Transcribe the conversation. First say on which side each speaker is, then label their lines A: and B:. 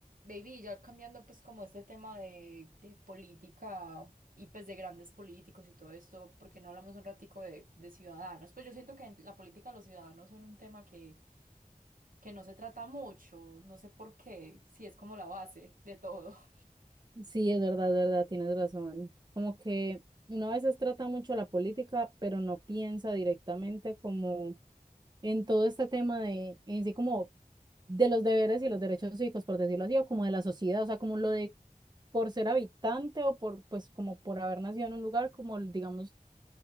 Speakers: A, on the right; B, on the right.
A: Baby, ya cambiando pues como este tema de, de política y pues de grandes políticos y todo esto, porque no hablamos un ratico de, de ciudadanos? Pues yo siento que en la política los ciudadanos son un tema que, que no se trata mucho, no sé por qué, si es como la base de todo. <laughs>
B: Sí, es verdad, es verdad, tienes razón. Como que uno a veces trata mucho la política, pero no piensa directamente como en todo este tema de, en sí como de los deberes y los derechos cívicos, por decirlo así, o como de la sociedad, o sea, como lo de por ser habitante o por, pues, como por haber nacido en un lugar, como, digamos,